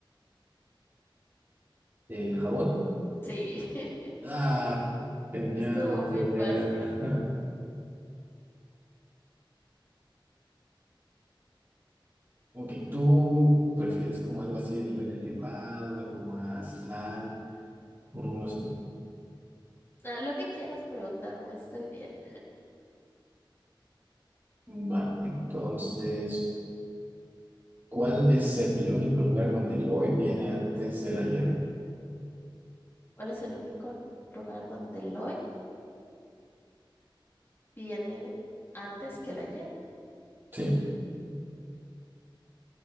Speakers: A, on the right; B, on the left.
A: ¿El jabón?
B: Sí, <laughs>
A: Ah, genial,
B: estuvo
A: a la
B: muy
A: primera.
B: fácil.
A: <laughs> Ok, ¿tú prefieres como algo así de nivel elevado, algo más light? No sé.
B: Ah, lo que quieras preguntarme, estoy bien.
A: Va, Entonces, ¿cuál es el único lugar donde el hoy viene antes del ayer?
B: ¿Cuál es el único lugar donde el hoy viene antes que el ayer?
A: Sí,